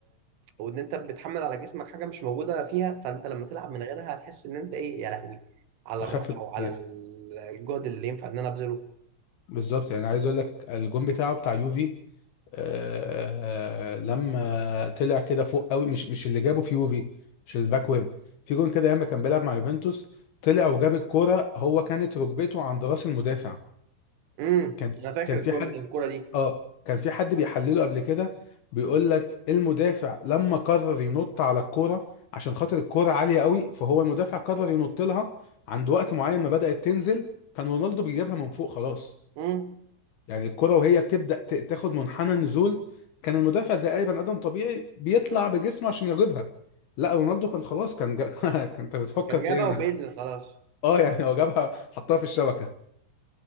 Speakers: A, on the right; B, on the left.
A: وان انت بتحمل على جسمك حاجه مش موجوده فيها فانت لما تلعب من غيرها هتحس ان انت ايه يا لهوي على
B: أخف
A: الراحه
B: بكتير
A: وعلى ال- الجهد اللي ينفع ان انا ابذله
B: بالظبط يعني عايز أقول لك الجون بتاعه بتاع يوفي آه، لما طلع كده فوق قوي مش مش اللي جابه في يوفي مش الباكورد في جون كده ياما كان بيلعب مع يوفنتوس طلع وجاب الكورة هو كانت ركبته عند راس المدافع
A: امم
B: كان
A: انا فاكر
B: كان في
A: الجون
B: حد
A: الكوره دي
B: اه كان في حد بيحلله قبل كده بيقول لك المدافع لما قرر ينط على الكوره عشان خاطر الكوره عاليه قوي فهو المدافع قرر ينط لها عند وقت معين ما بدأت تنزل كان رونالدو بيجيبها من فوق خلاص
A: امم
B: يعني الكوره وهي بتبدأ ت- تاخد منحنى النزول كان المدافع زي اي بني ادم طبيعي بيطلع بجسمه عشان يجيبها لا رونالدو كان خلاص كان جا... <laughs> كان انت بتفكر
A: كان
B: في
A: جايبها
B: ايه انا
A: وبينزل خلاص
B: <laughs> اه يعني هو جابها حطها في الشبكه